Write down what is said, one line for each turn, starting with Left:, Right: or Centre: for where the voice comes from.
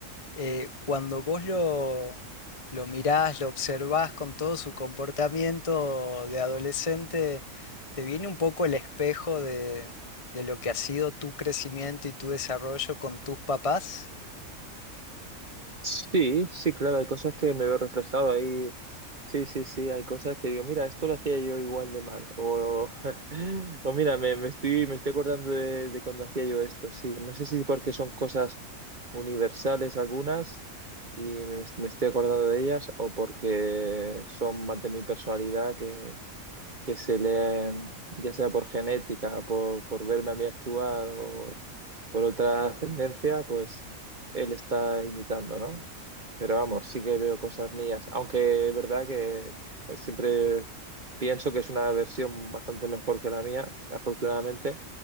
Left: eh, cuando vos lo, lo mirás, lo observás con todo su comportamiento de adolescente, te viene un poco el espejo de, de lo que ha sido tu crecimiento y tu desarrollo con tus papás.
Right: Sí, sí, claro, hay cosas que me veo reflejado ahí. Sí, sí, sí, hay cosas que digo, mira, esto lo hacía yo igual de mal. O, <laughs> o mira, me, me estoy, me estoy acordando de, de cuando hacía yo esto. Sí, no sé si porque son cosas universales algunas y me, me estoy acordando de ellas o porque son más de mi personalidad que se le, ya sea por genética, por, por verme a mí actuar o por otra ascendencia, pues él está imitando, ¿no? Pero vamos, sí que veo cosas mías, aunque es verdad que pues, siempre pienso que es una versión bastante mejor que la mía, afortunadamente,